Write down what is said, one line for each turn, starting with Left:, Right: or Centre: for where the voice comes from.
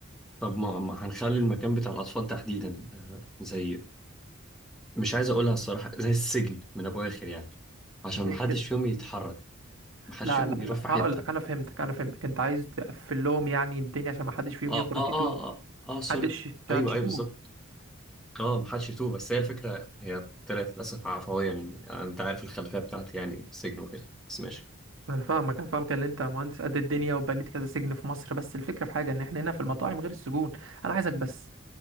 Centre: طب ما ما هنخلي المكان بتاع الاطفال تحديدا آه زي مش عايز اقولها الصراحه زي السجن من ابو اخر يعني عشان
Right: زي
Centre: محدش
Right: كده
Centre: فيهم يتحرك محدش
Right: لا
Centre: فيهم
Right: لا
Centre: يروح
Right: لا
Centre: في
Right: هقول
Centre: حته
Right: لك انا فهمتك انا فهمتك انت عايز تقفل لهم يعني الدنيا عشان ما حدش فيهم
Centre: اه
Right: يخرج
Centre: اه اه
Right: يتوه
Centre: اه, آه سوري
Right: محدش عشان محدش
Centre: ايوه
Right: يتوه
Centre: ايوه بالظبط اه محدش يتوه بس هي الفكرة هي طلعت للأسف عفوية من يعني أنت عارف الخلفية بتاعتي يعني السجن وكده بس ماشي
Right: انا فاهمك انا فاهمك ان انت مهندس قد الدنيا وبنيت كذا سجن في مصر بس الفكره في حاجه ان احنا هنا في المطاعم غير السجون انا عايزك بس